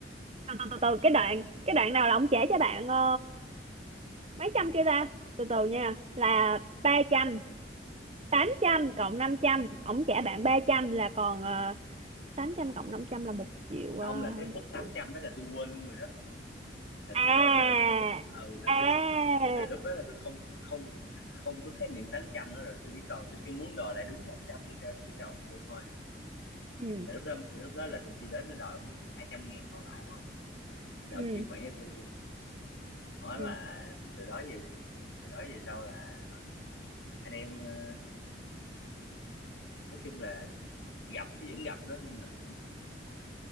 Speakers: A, on the right (about 35°); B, on the left (about 75°).
A: từ từ từ từ, cái đoạn cái đoạn nào là ông trả cho bạn ờ, mấy trăm kia ta từ từ nha là ba trăm tám trăm
B: Ừ.
A: cộng 500 ông trả bạn 300 là còn ờ, 800 cộng 500 là một triệu uh,
B: ông là cái khúc
A: một
B: 800
A: triệu
B: đó là tôi quên luôn rồi đó là
A: à
B: tôi coi như là tôi, ừ, là
A: à
B: tôi không, là lúc đó là tôi không không không có khái niệm 800 nữa rồi tôi chỉ còn tôi chỉ muốn đòi lại đúng 500 tôi cho tôi cho ông mượn thôi
A: ừ
B: là lúc đó lúc đó là tôi chỉ đến tôi đòi ông đúng hai trăm ngàn còn lại thôi là
A: ừ
B: ông chuyển khoản cho tôi luôn nói
A: ừ
B: là từ đó về từ đó về sau là ờ, anh em ờ, nói chung là gặp thì vẫn gặp đó nhưng mà cũng